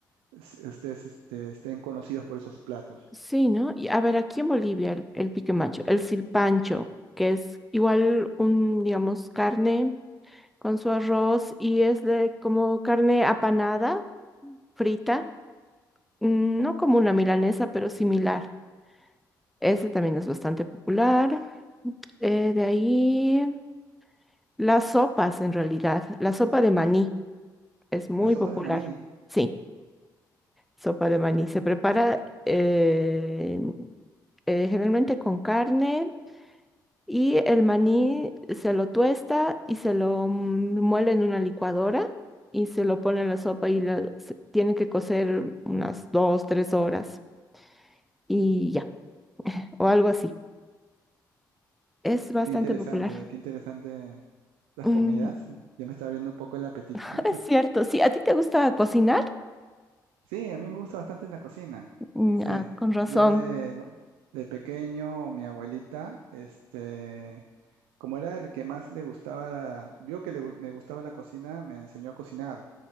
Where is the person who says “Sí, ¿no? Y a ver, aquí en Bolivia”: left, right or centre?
Centre